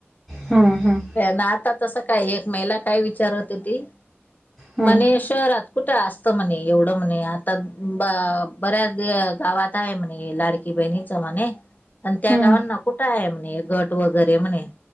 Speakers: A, in the centre; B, on the left.
A: हम हम,
B: ना, आता तसं काय एक महिला काय विचार होती?
A: हम्म
B: म्हणे शहरात. कुठे असत म्हणे एवढं म्हणे आता बा बऱ्याच या गावात हाय म्हणे ह्या लाडक. की, बहिणीच म्हणे अन् त्या
A: हम्म
B: गावांना कुठे आहे म्हणे गट वगैरे म्हणे.